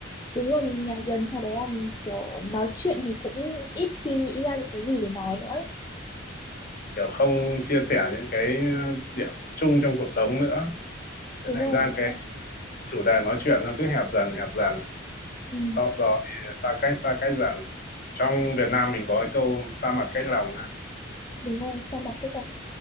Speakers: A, on the left; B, on the left.
A: đúng rồi nhà dần sau đấy là mình kiểu nói chuyện thì cũng ít khi nghĩ ra những cái gì để nói nữa ấy.
B: kiểu không chia sẻ những cái ờ, điểm chung trong cuộc sống nữa thế
A: đúng
B: thành
A: rồi
B: ra
A: đúng
B: cái
A: rồi
B: chủ đề nói chuyện nó cứ hẹp dần hẹp dần
A: Ừ,
B: sau đó thì xa cách xa cách dần trong Việt Nam mình có cái câu xa mặt cách lòng ha
A: đúng rồi xa mặt cách cảm